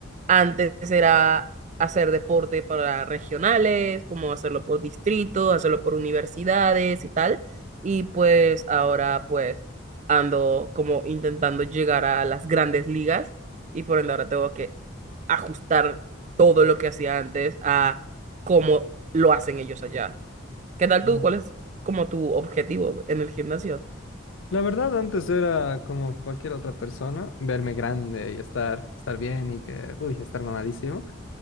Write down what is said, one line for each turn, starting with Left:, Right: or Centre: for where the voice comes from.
Right: antes era hacer deporte para regionales, como hacerlo por distrito, hacerlo por universidades y tal. Y pues ahora pues ando como intentando llegar a las grandes ligas y por ende ahora tengo que ajustar todo lo que hacía antes a cómo lo hacen ellos allá. ¿Qué tal tú?
Left: Mm.
Right: ¿Cuál es como tu objetivo en el gimnasio?
Left: La verdad, antes era como cualquier otra persona, verme grande y estar, estar bien y que, uy, estar mamadísimo.